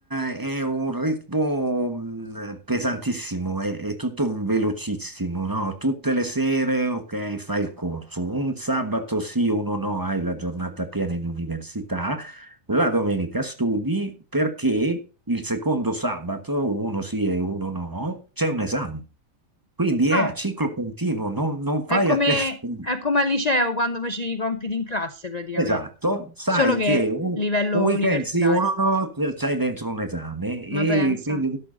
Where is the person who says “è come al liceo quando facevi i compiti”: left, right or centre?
Left